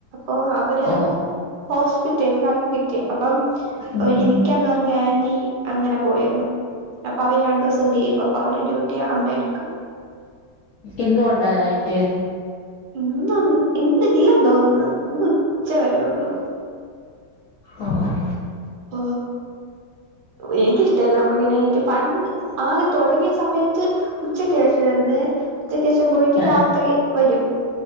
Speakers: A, on the right; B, on the left.
A: ഓ അവര്
B: ഓ
A: ഹോസ്പിറ്റലിൽ അഡ്മിറ്റ് അപ്പം
B: ഉം
A: ഓ <unintelligible>
B: ഉം
A: പറഞ്ഞ ആൻ്റി അങ്ങനെ പോയന്ന് അപ്പൊ അവര് രണ്ടു ദിവസം ലീവ് അപ്പൊ അവര് ഡ്യൂട്ടി അമ്മയെടുക്കും
B: ഇന്നും ഉണ്ടോ നൈറ്റ്
A: ഇന്ന് ഇന്നില്ലന്ന് തോന്നുന്ന് ഇന്ന് ഉച്ചവരേ ഉള്ളൂ
B: ഓ ഓ
A: ഓ എനിക്കിഷ്ടല്ല അമ്മക്ക് നൈറ്റ് പണ്ട് ആദ്യം തുടങ്ങിയ സമയത്ത് ഉച്ചക്ക് ശേഷവായിരുന്നേ ഉച്ചക്ക് ശേഷം പോയിട്ട്
B: ഓഹ് ആഹ്
A: രാത്രി വരും